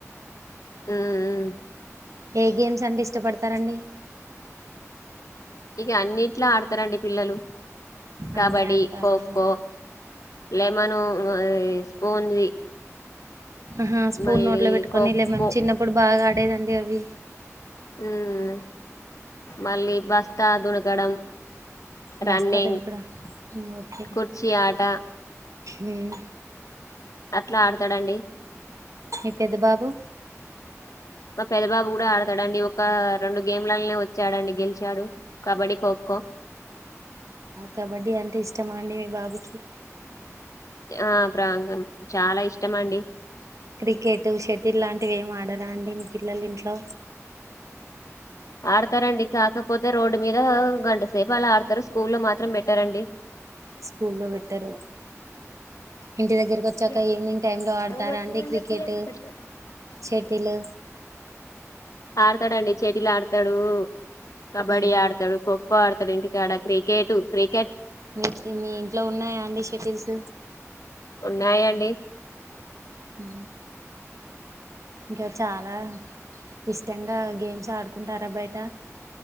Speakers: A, on the left; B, on the right.
A: ఉమ్
B: ఏ గేమ్స్ అంటే ఇష్టపడతారండి
A: ఇగ అన్నిట్లో ఆడతారండి పిల్లలు కబడి
B: అన్నీ ఆడతారా
A: కోకో లెమను స్పూన్ది
B: ఆ స్పూన్
A: మళ్ళీ
B: నోట్లో పెట్టుకొని
A: ఖోఖో
B: లెమన్ చిన్నప్పుడు బాగాడేదండి అవి
A: మ్మ్ మళ్ళీ బస్తా దునకడం
B: బస్తా
A: రన్నింగ్
B: దని కడ ఓకే
A: కుర్చీ ఆట
B: మ్మ్
A: అట్ల ఆడతాడండి
B: మీ పెద్ద బాబు
A: మా పెద్ద బాబు కూడా ఆడతాడండి ఒక రెండు గేమ్లలో వచ్చాడండి గెలిచాడు కబడ్డీ ఖోఖో
B: కబడ్డీ అంటే ఇష్టమా అండి మీ బాబు
A: ఆ ప్రాంగం చాలా ఇష్టమండి
B: క్రికెట్ షటిల్ లాంటివి ఏమి ఆడరా అండి మీ పిల్లలు ఇంట్లో
A: ఆడతారండి కాకపోతే రోడ్డు మీద గంటసేపు అలా ఆడతారు స్కూల్లో మాత్రం పెట్టరండి
B: స్కూల్లో పెట్టరు ఇంటి దగ్గరకొచ్చాక
A: గేమ్స్
B: ఈవినింగ్ టైమ్ లో ఆడతారా
A: ఎవరు పెట్టారని
B: అండి క్రికెటు
A: చెప్పి లేక పెడతారు
B: చెటిలు
A: ఆడతాడుండి చెటిలాడతాడు కబడ్డీ
B: మీ
A: ఆడుతాడు ఖో కో ఆడతడు ఇంటికాడ క్రికెట్ క్రి
B: మీ మీ ఇంట్లో ఉన్నాయా అండి షటిల్స్
A: ఉన్నాయండి
B: ఊ ఇంకా చాలా ఇష్టంగా గేమ్స్ ఆడుకుంటారా బయట